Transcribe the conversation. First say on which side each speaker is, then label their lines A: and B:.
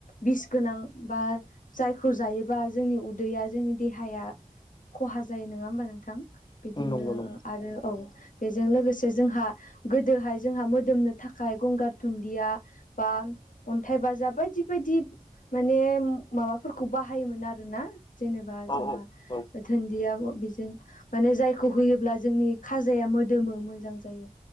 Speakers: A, on the left (about 75°); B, on the left (about 35°).
A: बिस गोनां बा जायखौ जायोबा जोंनि उदैया जोंनि देहाया खहा जायो नङा होमबा नोंथां
B: उम
A: बिदिनो
B: नंगौ नंगौ
A: आरो औ बेजों लोगोसे जोंहा गोदोहाय जोंहा मोदोमनो थाखाय गंगार दुनन्दिया बा अन्थाइ बाजाब बायदि बायदि माने माबाफोरखौ बाहायोमोन आरोना जेनेबा
B: औ
A: जोंहा
B: औ औ
A: थोनदिया बेजों माने जायखौ होयोब्ला जोंनि खाजाया मोदोमो मोजां जायो